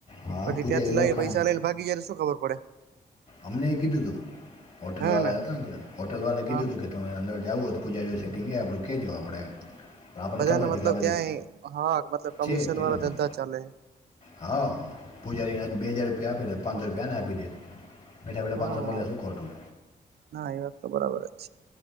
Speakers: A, on the left (about 50°); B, on the right (about 85°).
A: હા
B: પછી
A: પૂજારી
B: ત્યાંથી
A: ઓળખાણ
B: લઈ પૈસા લઈને ભાગી જાય તો શું ખબર પડે.
A: અમને એ કીધું તું હોટેલવાળા
B: હા ને
A: હતા ન ત્યાં હોટેલવાળા એ કીધું
B: હા
A: તું કે તમે અંદર જાવું હોય તો પૂજારીનું સેટિંગ હે આપણું કેહેજો આપણે એમ. પણ આપણને
B: બધાને
A: ખબર હતી
B: મતલબ
A: કે આ બધી
B: ત્યાં એ, હા મતલબ
A: છે
B: કમિશનવાળા
A: પીલામાં
B: ધંધા ચાલે હે.
A: હા, પૂજારીને આજ બે હજાર રૂપિયા આપે પાંચસો રૂપિયાને આપી દે. બેઠા બેઠા
B: હા
A: પાંચસો મળે શું ખોટું
B: ના એ વાત તો બરાબર જ